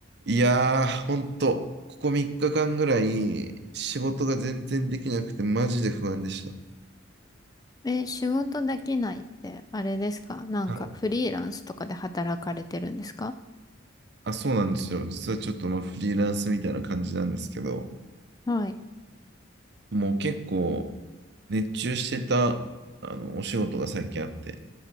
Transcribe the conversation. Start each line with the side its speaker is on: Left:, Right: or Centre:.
Right: いやー、ほんと、ここ3日間ぐらい仕事が全然できなくてマジで不安でした。
Left: え、仕事できないって、あれですかなんか、
Right: はい。
Left: フリーランスとかで働かれてるんですか
Right: あ、そうなんですよ。実はちょっとまあフリーランスみたいな感じなんですけど、
Left: はい。
Right: もう結構熱中してたあのお仕事が最近あって、